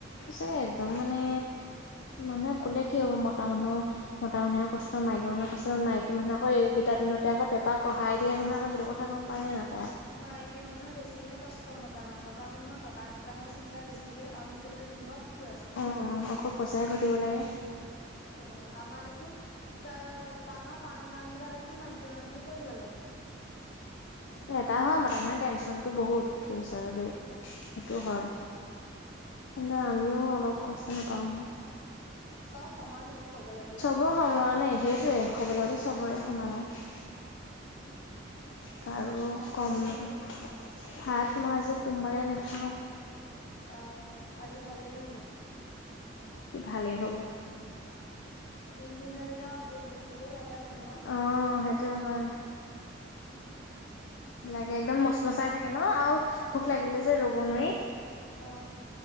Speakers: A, on the left; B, on the left.
A: সঁচাকে একদম মানে, মানুহেন কলে কি হব মতা মানুহ মতা মুহে কষ্ট মাইকী মানুহে কষ্ট মকী মানুহ আকৌ এইকেইটা দিনতে আক পেপাকঢ়াই দিয় নহয় আক সেইটো, গম পাই নাপাই,
B: মাইকী মানুহে বেছিহে কষ্ট মতা মতা মানুহৰ টকা ঘটা হে চিন্তা বেছিকে আৰুনো তেহেতৰ কিহৰ কিটো আছে।
A: অঁ অকল পইচাহে ঘটিব লাগে।
B: অ আমাৰ দেখোন ত টানৰ টান কাম কেইটা দেখোন মাইকী মানুহে কৰিব লাগে।
A: এটা হয় মতা মানুহ টেনচনতটো বহুত ফিউচাৰ দেই সেইটো
B: উম
A: হয়। কিন্তু আমিও অলপ কষ্ট নাপাও নহয়।
B: চব সমানেইও কবলে গলে।
A: খব সমানেই সেইটোৱে ক'বলে গ'লে চবৰে সমানেই, কাৰো
B: ভাত
A: কম
B: খালি নে
A: নহয়
B: কি?
A: ভাত মই আজি সোমবাৰে নাখাওঁ।
B: অ আজি ভালেই হ'ব।
A: কি ভালেই হ'ব।
B: তিনদিনৰ দিনা ভোক বেছিকে লাগে মানুহ।
A: অ সেইটো হয়। লাগে একদম মচ মচাই থাকে ন আৰু ভোক
B: উম।
A: লাগিলে যে ৰ'ব নোৱাৰি।
B: অ